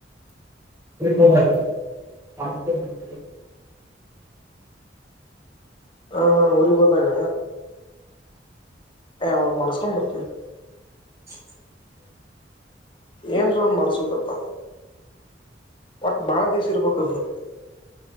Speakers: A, on the right; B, on the left.
A: ಹ <unintelligible>
B: ಹಾ ಹಾ ಊರಿಗೆ ಹೋದಾಗ ಎ ಅವಾಗ್ ಮಾಡಸ್ಕೊ ಬರ್ತೀನಿ
A: <unintelligible>
B: ಏನ್ರ ಒಂದ ಮಾಡ್ಸದಪ್ಪ ಒಟ್ ಬಾಳ ದಿವಸ ಇರ್ಬೇಕ್ದು